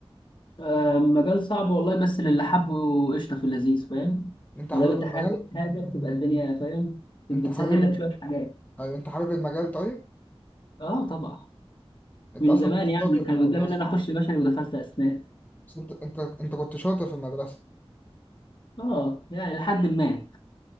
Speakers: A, on the left; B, on the left.
A: آه، مجال صعب والله بس للي حبه قشطه في اللذيذ فاهم
B: انت
A: ما
B: حابب
A: دام انت
B: المجال؟
A: حابب حاجه بتبقى الدنيا فاهم بتسهل
B: انت حابب
A: لك
B: ال...
A: شويه حاجات
B: ايوه انت حابب المجال طيب؟
A: اه طبعا
B: انت
A: من
B: اصلا
A: زمان
B: كنت شاطر
A: يعني كان
B: في المدرسة
A: قدامي ان انا اخش بشري ودخلت اسنان
B: بس انت انت انت كنت شاطر في المدرسة
A: اه يعني لحد ما